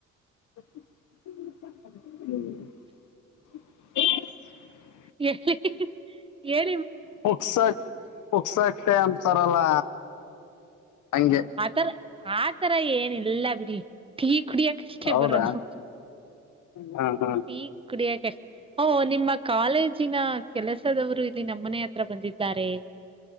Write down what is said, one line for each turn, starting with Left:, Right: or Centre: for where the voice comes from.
Left: <inaudible>
Right: ಹಾ ಹಾ ಹೆ
Left: ಪ್ರಕ್ಸ ಪ್ರಕ್ಸಟೆ ಅಂತಾರಲ್ಲ. ಹಂಗೆ
Right: ಅತರ ಆತರ ಏನಿಲ್ಲ ಬಿ ಡಿ ಟೀ ಕುಡ್ಯಕ್ ಅಷ್ಟೇ
Left: ಹೌದಾ
Right: ಬರದು.
Left: ಹಾ ಹಾ
Right: ಟೀ ಕುಡಿಯಕಷ್ಟೆ ಓ ನಿಮ್ಮ ಕಾಲೇಜಿನ ಕೆಲಸದವ್ರು ಇಲ್ಲಿ ನಮ್ಮನೆ ಹತ್ರ ಬಂದಿದ್ದಾರೆ